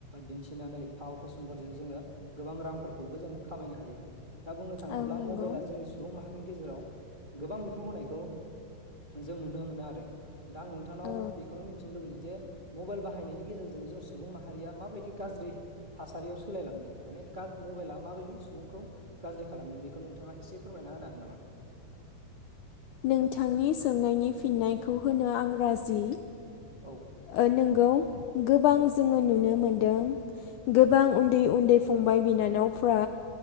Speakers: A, on the right (about 20°); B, on the left (about 75°).
A: दिन्थिनानै फाव फेसनफोरजों जोंङो गोबां रांफोरखौबो जों खामायनो हायो। दा बुंनो थांङोब्ला
B: औ नंगौ
A: मबाइला जोंनि सुबुं माहारिनि गेजेराव गोबां बिफाव होनायखौ जों नुनो मोनो आरो दा आं नोंथांनाव
B: औ
A: बेखौनो मिथिनो लुबैयो जे मबाइल बाहायनायनि गेजेरजों जों सुबुं माहारिया माबायदि गाज्रि थासारियाव सोलायलांदों माने मबाइला माबायदि सुबुंखौ गाज्रि खालामदों बेखौ नोंथांङा एसे फोरमायना होनो हागोन नामा?
B: नोंथांनि सोंनायनि फिन्नायखौ होनो आं
A: <inaudible>
B: राजि ओ नोंगौ। गोबां जोंङो नुनो मोनदों गोबां उन्दै-उन्दै फंबाय बिनानावफ्रा